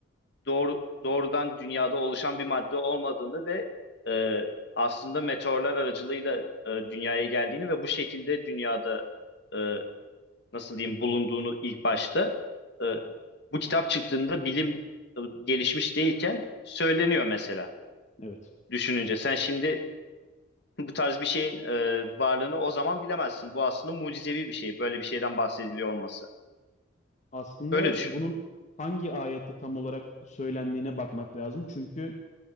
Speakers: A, on the left; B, on the left.
A: doğru doğrudan dünyada oluşan bir madde olmadığını ve e, aslında meteorlar aracılığıyla e, dünyaya geldiğini ve bu şekilde dünyada e, nasıl diyeyim bulunduğunu ilk başta e, bu kitap çıktığında bilim e, gelişmiş değilken söyleniyor mesela
B: evet.
A: düşününce. Sen şimdi <laughs> bu tarz bir şeyin e, varlığını o zaman bilemezsin. Bu aslında mucizevi bir şey. Böyle bir şeyden bahsediliyor olması.
B: Aslında
A: Böyle düşün.
B: bunun hangi ayette tam olarak söylendiğine bakmak lazım. Çünkü